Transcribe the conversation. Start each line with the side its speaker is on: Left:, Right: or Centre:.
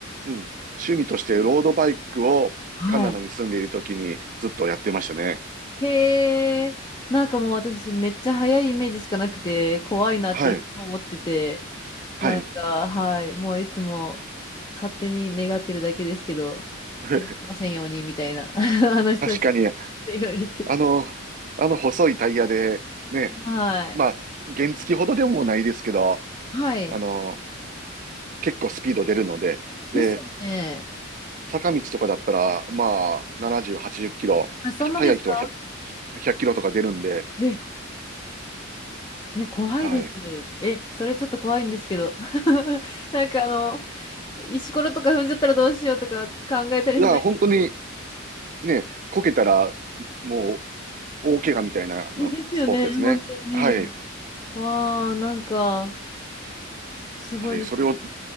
Right: うん。趣味としてロードバイクをカナダに住んでいる時にずっとやってましたね。
Left: はい。へえ、なんかもう私めっちゃ速いイメージしかなくて、怖いなっていつも思ってて、
Right: はい。はい。
Left: なんか、はい、もういつも勝手に願ってるだけですけど、
Right: <laughs>
Left: 怪我しませんようにみたいな、<laughs> あの人たちっ
Right: 確かに、
Left: て言われて。
Right: あの、あの細いタイヤで、ね、
Left: はい。
Right: まあ、原付ほどでもないですけど、
Left: はい。
Right: あの、結構スピード出るので、
Left: ですよね。
Right: で、坂道とかだったら、まあ、70、80キロ、
Left: あ、そんなですか
Right: 速い人は100、ひゃっキロとか出るんで、
Left: え、え、怖いです。
Right: はい。
Left: え、それちょっと怖いんですけど。<laughs> なんかあの、石ころとか踏んじゃったらどうしようとか考えたりしない。
Right: いや、本当にね、こけたら、もう、大怪我みたいなあのスポーツですね。
Left: え、ですよね、本当にね。
Right: はい。
Left: わあ、なんか、すごいです。
Right: はい。それをず